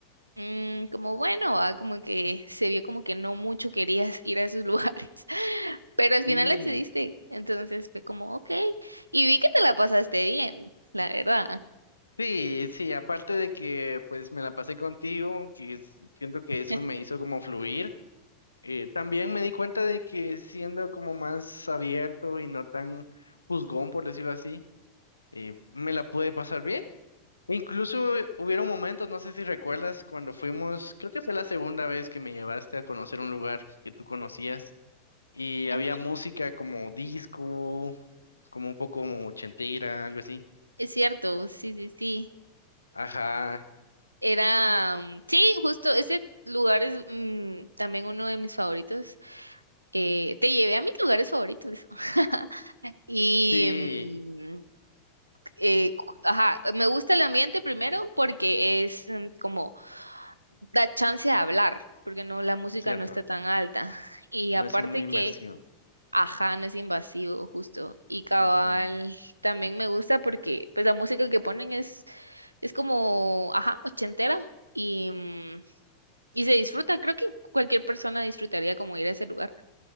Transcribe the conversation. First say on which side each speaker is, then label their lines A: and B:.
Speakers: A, on the right; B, on the left.
A: mm, como bueno, ah, como que se vio como que no mucho querías <laughs> ir a esos lugares, <laughs> pero al
B: Sí,
A: final accediste, entonces fue como, ok, y vi que te la pasaste bien, la verdad.
B: sí, sí, aparte de que pues me la pasé contigo, que es- siento que eso
A: <laughs>
B: me hizo como fluir, eh, también me di cuenta de que siendo como más abierto y no tan juzgón, por decirlo así, eh, me la pude pasar bien. Incluso eh, hubieron momentos, no sé si recuerdas, cuando fuimos, creo que fue la segunda vez que me llevaste a conocer un lugar que tú conocías y había
A: Ujú,
B: música como disco, como un poco como ochentera, algo así.
A: Es cierto, sí, sí, sí.
B: Ajá,
A: Era, mm, sí, justo ese lugar es mm, también uno de mis favoritos. Eh, te llevé a mis lugares favoritos. <laughs> Y,
B: sí,
A: mm, eh, cu- ajá, me gusta el ambiente primero porque es mm, como da chance de hablar, porque no, la música
B: cierto,
A: no está tan alta. Y
B: no
A: aparte
B: así muy inversión.
A: que, ajá, no es invasivo, justo. Y cabal,
B: Ujú,
A: también me gusta porque pues la música que ponen es, es como, ajá, ochentera. Y, mm, y se disfruta, creo que cualquier persona disfrutaría como ir a ese lugar.